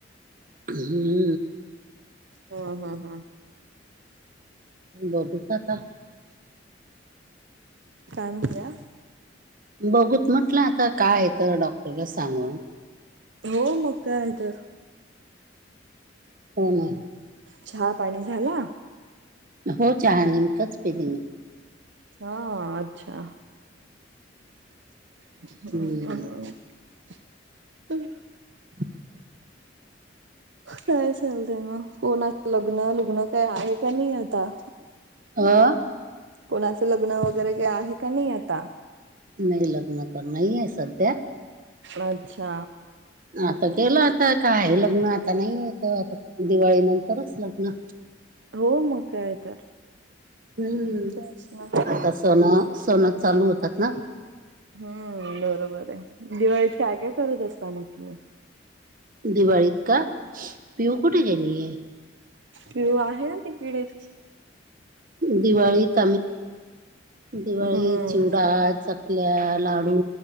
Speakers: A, on the right (about 50°); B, on the right (about 70°).
A: हम्म
B: हा हा हा.
A: बघूत आता.
B: काय म्हणल्या?
A: बघूत म्हटल आता काय आहे तर डॉक्टरला सांगून.
B: हो मग काय तर
A: हो ना.
B: चहा पाणी झाला.
A: हो चहा नेमकंच पिले मी.
B: हा अच्छा. <unintelligible>
A: हम्म <inaudible> <inaudible>
B: काय चाललय मग कोणाचा लग्न लूग्न काय आहे का नाही आता.
A: आं
B: कोणाचं लग्न वगैरे के आहे का नाही आता?
A: नाही लग्न तर नाहीय सध्या.
B: अच्छा.
A: आता गेलं आता काय आहे लग्न आता नाहीयेत आता दिवाळी नंतरच लग्न
B: हो मग काय तर.
A: हम्म
B: तेच ना.
A: आता सणं सणं चालू होतात ना.
B: हम्म बरोबर आहे दिवाळीत काय काय करत असता मग तुम्ही?
A: दिवाळीत का पिऊ कुठे गेलीय?
B: पिहु आहे ना ती पिडीच.
A: दिवाळीत आम्ही दिवाळीत
B: हम्म.
A: चिवडा, चकल्या, लाडू